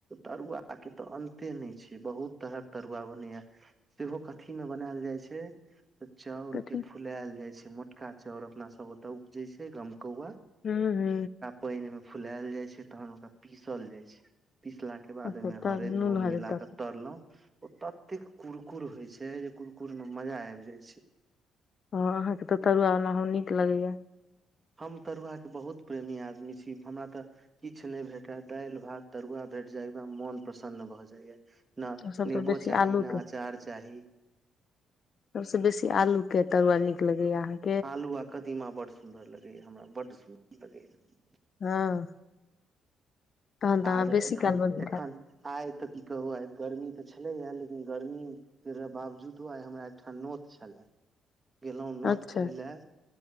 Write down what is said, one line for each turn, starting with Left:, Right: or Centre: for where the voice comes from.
Right: तरुआके तऽ अन्ते नहि छै बहुत तरहक तरुआ बनैया सेहो कथी में बनायल जाय छै तऽ चाउ
Left: कथी
Right: के फुलाल जाय छै मोटका चाउर अपना सब ओतय उपजे छै गमकौआा
Left: हूँ हू
Right: पानि मे फुलायल जाय छै तहन ओकरा पीसल जाय छै पीसला के के बाद
Left: अच्छा
Right: ओहिमे
Left: तऽ
Right: हरद नून
Left: हरैद
Right: मिलाक
Left: दऽ
Right: तरलहुं ओ एतेक कुरकुर होइ छै जे कुरकुर में मजा आबि जाय छै
Left: हँ अहाँकेँ तऽ तरुआ बला हम नीक लगैए
Right: हम तरुआके बहुत प्रेमी आदमी छी हमरा तऽ किछु नहि भेटय दालि भात तरुआ भेट जाय एकदम मन प्रसन्न भए जाया ना
Left: सबसँ
Right: नेबो
Left: बेसी
Right: चाही
Left: आलू
Right: ने
Left: के
Right: अचार चाही
Left: सबसे बेसी आलू के तरुआ नीक लगैया अहाँके
Right: आलू आ कदीमा बड सुन्दर लगैया हमरा बड सुन्दर लगैया
Left: हँ तहन तऽ
Right: आर
Left: अहाँ बेसी
Right: एखन
Left: काल बनबै
Right: एखन आइ तऽ की कहू आइ गर्मी तऽ छलै हा लेकिन गर्मी फेरा बावजूदो आइ हमरा एकठाम नोत छलए गेलहुँ
Left: खायब
Right: नोत
Left: अच्छा
Right: खाय लए